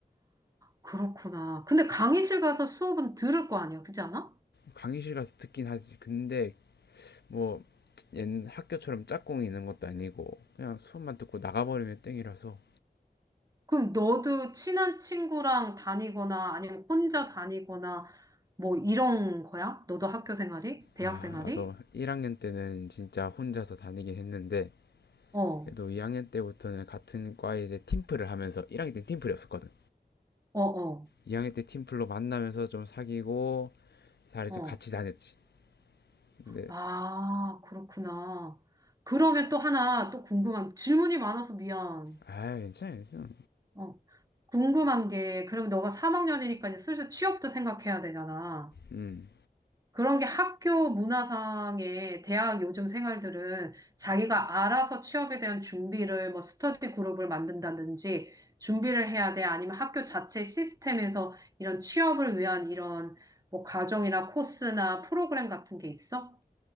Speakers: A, on the right (about 20°); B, on the left (about 85°).
A: 그렇구나. 근데 강의실 가서 수업은 들을 거 아니야. 그렇지 않아?
B: 강의실 가서 듣긴 하지. 근데 뭐 옛 학교처럼 짝꿍이 있는 것도 아니고 그냥 수업만 듣고 나가버리면 땡이라서
A: 그럼 너도 친한 친구랑 다니거나 아니면 혼자 다니거나 뭐 이런 거야? 너도 학교 생활이? 대학
B: 아
A: 생활이?
B: 나도 1학년 때는 진짜 혼자서 다니긴 했는데
A: 어,
B: 그래도 2학년 때부터는 같은 과에 이제 팀플을 하면서 1학년 때 팀플이 없었거든.
A: 어, 어,
B: 2학년 때 팀플로 만나면서 좀 사귀고 다리
A: 어.
B: 좀 같이 다녔지. 근데
A: 아, 그렇구나. 그러면 또 하나 또 궁금한 질문이 많아서 미안.
B: 아 괜찮아요. 괜찮아.
A: 어. 궁금한 게, 그럼 너가 3학년이니까 이제 슬슬 취업도 생각해야 되잖아.
B: 음
A: 그런 게 학교 문화상의 대학 요즘 생활들은 자기가 알아서 취업에 대한 준비를 뭐 스터디 그룹을 만든다든지 준비를 해야 돼. 아니면 학교 자체 시스템에서 이런 취업을 위한 이런 뭐 과정이나 코스나 프로그램 같은 게 있어?